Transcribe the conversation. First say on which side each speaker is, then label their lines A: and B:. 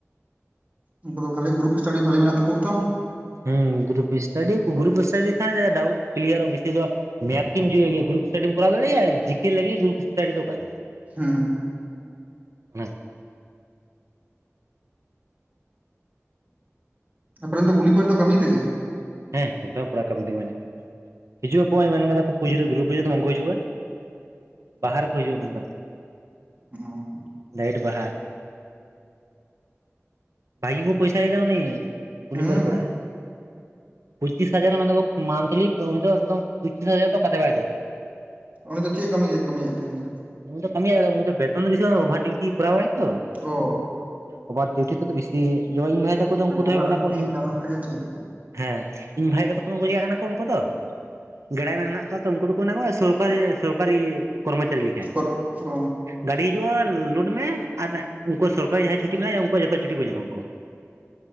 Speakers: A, on the right; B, on the right.
A: ᱩᱱᱠᱩ ᱫᱚ ᱵᱷᱟᱞᱮ ᱜᱩᱨᱩᱯ ᱮᱥᱴᱟᱰᱤ ᱵᱷᱟᱹᱞᱤ ᱢᱮᱱᱟᱜ ᱛᱟᱠᱳᱣᱟ ᱛᱚ᱾
B: ᱦᱩᱸ ᱜᱩᱨᱩᱯ ᱮᱥᱴᱟᱰᱤ ᱭᱟᱠᱚ ᱜᱩᱨᱩᱯ ᱮᱥᱴᱟᱰᱤ ᱠᱷᱟᱡ ᱰᱟᱣᱩᱴ ᱠᱤᱞᱤᱭᱟᱨᱚᱜᱼᱟ, ᱵᱤᱥᱤ ᱫᱚ ᱢᱮᱛ ᱠᱤᱱ ᱡᱩᱣᱤ ᱜᱮ ᱜᱩᱨᱩᱯ ᱮᱥᱴᱟᱰᱤᱢ ᱠᱚᱨᱟᱣ ᱫᱟᱲᱮᱭᱟᱜᱼᱟ, ᱡᱤ ᱠᱮ ᱞᱟᱹᱜᱤᱜ ᱜᱩᱨᱩᱯ ᱮᱥᱴᱟᱰᱤ ᱫᱚ ᱚᱠᱟᱨᱮ?
A: ᱦᱩᱸ
B: ᱚᱱᱟ
A: ᱟᱯᱮᱨᱮᱱ ᱫᱚ ᱜᱩᱞᱤ ᱯᱟᱹᱲ ᱛᱚ ᱠᱟᱹᱢᱤ ᱛᱮᱜᱮ?
B: ᱦᱮᱸᱦ ᱡᱚᱛᱚ ᱦᱚ ᱠᱚᱲᱟ ᱠᱟᱹᱢᱤ ᱨᱮᱜᱮ ᱢᱮᱱᱟᱜ ᱠᱚᱣᱟ, ᱦᱤᱡᱩᱜ ᱟᱠᱚ ᱟᱸᱭ ᱢᱮᱱ ᱠᱟᱫᱟ ᱠᱚ ᱯᱩᱡᱟᱹ ᱨᱮ ᱫᱩᱨᱜᱟᱹ ᱯᱩᱡᱟᱹ ᱫᱚ ᱵᱟᱝ ᱠᱚ ᱦᱤᱡᱩᱜᱼᱟ᱾ ᱵᱟᱦᱟ ᱨᱮᱠᱚ ᱦᱤᱡᱩᱜᱼᱟ ᱢᱮᱱ ᱮᱫᱟ ᱠᱚ᱾
A: ᱦᱩᱸ᱾
B: ᱰᱟᱹᱭᱤᱴ ᱵᱟᱦᱟ, ᱵᱷᱟᱹᱜᱤ ᱠᱚ ᱯᱚᱭᱥᱟᱭᱮᱫᱟ ᱩᱱᱤ᱾ ᱜᱩᱞᱤ
A: ᱦᱩᱸ
B: ᱯᱟᱨ ᱠᱚᱲᱟ᱾ ᱯᱩᱪᱤᱥ ᱦᱟᱡᱟᱨ ᱢᱮᱱ ᱮᱫᱟ ᱠᱚ ᱢᱟᱱᱛᱷᱟᱹᱞᱤ ᱩᱱᱤ ᱫᱚ ᱮᱠᱫᱚᱢ ᱯᱚᱸᱪᱤᱥ ᱦᱟᱡᱟᱨ ᱫᱚ ᱚᱠᱟ ᱛᱮᱦᱚᱸ ᱵᱟᱭ ᱫᱟᱹᱲ ᱮᱫᱟ᱾
A: ᱩᱱᱤ ᱫᱚ ᱪᱮᱜ ᱠᱟᱹᱢᱤ ᱫᱚᱭ ᱠᱟᱹᱢᱤᱭᱮᱜ ᱛᱟᱦᱮᱸᱜ ᱩᱱᱤ ᱫᱚ?
B: ᱩᱱᱤ ᱫᱚ ᱠᱟᱹᱢᱤᱭᱟᱭ ᱟᱫᱚ ᱩᱱᱤ ᱫᱚ ᱵᱮᱛᱚᱱ ᱫᱚ ᱵᱮᱥᱤ ᱵᱟᱝ ᱳᱵᱷᱟᱨ ᱰᱤᱣᱴᱤ ᱠᱚᱨᱟᱣ ᱟᱭ ᱛᱚ᱾
A: ᱚ
B: ᱳᱵᱷᱟᱨ ᱰᱤᱣᱴᱤ ᱛᱮᱫᱚ ᱵᱮᱥᱤ ᱡᱮᱢᱳᱱ ᱤᱧ ᱵᱷᱟᱭ ᱛᱮᱠᱚ ᱫᱚ ᱩᱝᱠᱩ ᱫᱚ
A: ᱚᱵᱷᱟᱨ
B: ᱦᱩᱭᱩᱜ ᱠᱟᱱᱟ
A: ᱰᱤᱭᱩᱴᱤ
B: ᱠᱚ ᱤᱢᱤ,
A: ᱧᱟᱢ ᱞᱮᱠᱷᱟᱡ ᱜᱮ ᱴᱷᱤᱠ
B: ᱦᱮᱸ᱾ ᱤᱧ ᱵᱷᱟᱭ ᱛᱮᱠᱚ ᱫᱚ ᱩᱝᱠᱩ ᱪᱮᱠᱟᱜ ᱠᱟᱱᱟ ᱠᱚ ᱩᱝᱠᱩ ᱫᱚ ᱜᱮᱲᱟᱭ ᱢᱮᱱ ᱢᱮᱱᱟᱜ ᱠᱚᱣᱟ ᱛᱚ ᱩᱝᱠᱩ ᱫᱚᱠᱚ ᱢᱮᱱ ᱟᱠᱚ ᱥᱚᱨᱠᱟᱹᱨᱤᱭᱟᱹ ᱥᱚᱨᱠᱟᱨᱤᱭᱟᱹ ᱠᱚᱨᱢᱚᱪᱟᱹᱨᱤ ᱞᱮ
A: ᱥᱚᱠᱚᱨ ᱚ᱾
B: ᱜᱟᱹᱰᱤ ᱦᱤᱡᱩᱜᱼᱟ, ᱞᱩᱰ <unintelligible> ᱢᱮ ᱟᱨ ᱩᱝᱠᱩ ᱥᱚᱨᱠᱟᱨᱤᱭᱟᱹ ᱡᱟᱦᱟᱸᱭ ᱪᱷᱩᱴᱤ ᱢᱮᱱᱟᱜᱼᱟ, ᱩᱝᱠᱩ ᱣᱟᱜ ᱡᱚᱛᱚ ᱪᱷᱩᱴᱤ ᱠᱚ ᱧᱟᱢ ᱟᱠᱚ ᱾